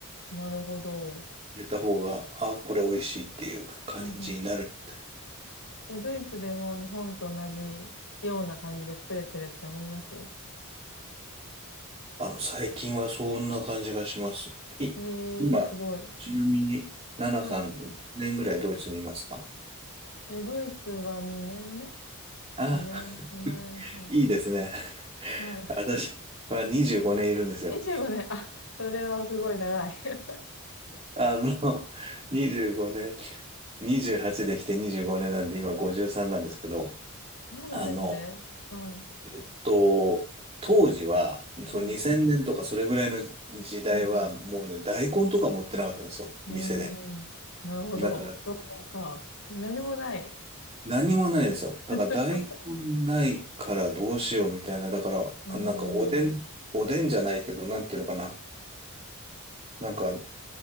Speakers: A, on the left; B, on the right.
A: ん。なるほど。
B: 入れた方が、あ、これ美味しいっていう感じになるみたい。
A: うん、うん。え、ドイツでも日本と同じような感じで作れてるって思います
B: あの、最近はそんな感じがします。い、
A: ええー、
B: 今、
A: すごい。
B: ちなみに、ナナさん、
A: はい。
B: 何年ぐらいドイツにいますか
A: え、ドイツは2年目
B: あ、
A: ?2 年、2年半。
B: <laughs> いいですね。
A: はい。
B: <laughs> 私は25年いるんですよ。
A: <laughs> 25年。あ、それはすごい長い。<laughs>
B: あの、<laughs> 25年、28できて25年なんで、今53なんですけど、
A: そうなんですね。
B: あの、
A: はい。
B: えっと、当時は、そう2000年とかそれぐらいの時代は、
A: はい。うんう
B: もうね、大根とか持ってなかったんですよ、
A: ん。うーん。
B: 店で。
A: なるほど。
B: だから
A: そうか。何もない。
B: 何もないですよ。
A: <laughs>
B: だから大根ないからどうしようみたいな。だから、
A: うーん。
B: あなんかおでん、
A: うん
B: おでんじゃないけど、なんていうのかな。なんか、